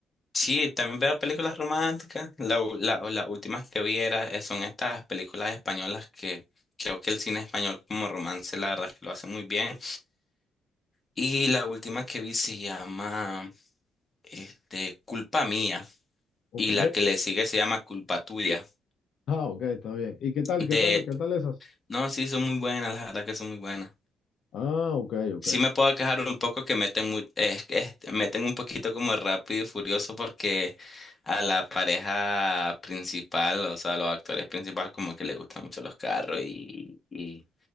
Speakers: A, on the left (about 20°); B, on the left (about 65°).
A: Sí, también veo películas románticas, la, u- la, las últimas que vi era, eh, son estas películas españolas que creo que el cine español como romance la verdad es que lo hace muy bien. Y la última que vi se llama, este, Culpa Mía,
B: Ok.
A: y la que le sigue se llama Culpa Tuya.
B: Ah, ok, está bien. ¿Y qué tal,
A: De,
B: qué tal, qué tal esas?
A: no, sí, son muy buenas, la verdad que son muy buenas.
B: Ah, ok, ok.
A: Sí me puedo quejar un poco que meten, mu- es- es- meten un poquito como rápido y furioso porque a la pareja principal, o sea, a los actores principales como que les gustan mucho los carros y, y,